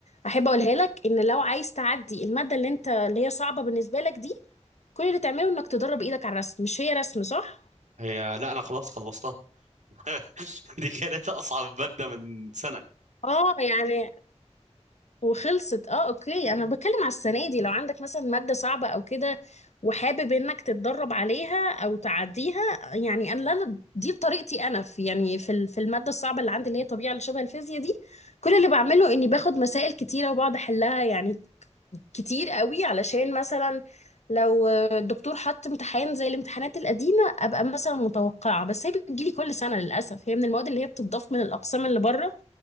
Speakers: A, on the left (about 70°); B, on the right (about 85°).
A: احب اقولها لك ان لو عايز تعدي المادة اللي انت اللي هي صعبة بالنسبة لك دي كل اللي تعمله انك تدرب ايدك على الرسم مش هي رسم صح؟
B: هي لا انا خلاص خلصتها <laughs> دي كانت اصعب ماده من سنه
A: اه يعني وخلصت اه اوكي انا بتكلم على السنه دي لو عندك مثلا ماده صعبه او كده وحابب انك تتدرب عليها او تعديها يعني انا أنا- دي بطريقتي انا في يعني في ال- في الماده الصعبه اللي عندي اللي هي طبيعه اللي شبه الفيزياء دي كل اللي بعمله اني باخد مسائل كتيره وبقعد احلها يعني كتير قوي علشان مثلا لو الدكتور حط امتحان زي الامتحانات القديمه ابقى مثلا متوقعه بس هي بتجيلي كل سنه للاسف هي من المواد اللي هي بتضاف من الاقسام اللي بره